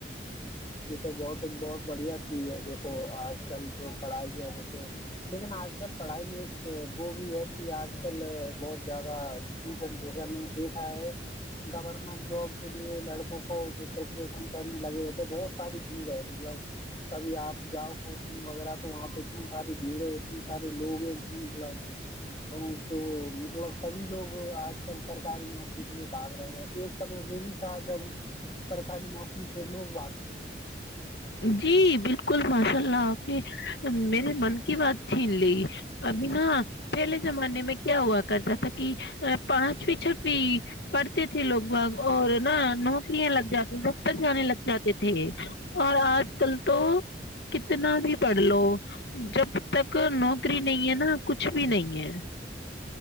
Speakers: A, on the left; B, on the left.
A: ج تو بہت ان ب بڑھیا چیز ہے دیکھو آج کل جو پڑھائی ہے و تو لیکن آج کل پڑھائی میں ایک وہ بھی ہے کہ آج آج کل بہت زیادہ ڈفیکلٹ ہو گیا میں نے دیکھا ہے گورنمنٹ جاب کے لیے لڑکوں کو جو پریپریشن کرنے لگے ہوئے تھے بہت ساری بھیڑ ہے مطلب کبھی آپ جاؤ کوچنگ وغیرہ تو وہاں پہ اتنی ساری بھیڑ ہے اتنے سارے لوگ مطلب ہیں تو مطلب سبھی لوگ آج کل سرکاری نوکری کے لیے باگ رہے ہیں ایک سمے وہ بھی تھا جب سرکاری نوکری سے لوگ باگتے تھے
B: جی بالکل کل ماشاء اللہ آپ نے میرے من کی بات چھین لی ابھیناا پہلے زمانے میں کیا ہوا کرتا تھا کہ پانچویں چھٹویں پڑھتے تھے لوگ بگ اور نہا نوکریاں لگ جاتی دفتر جانے لگ جاتے تھے اور آج کل تو کتنا بھی پڑھ لو جب تک نوکری نہیں ہے نا کچھ بھی نہیں ہے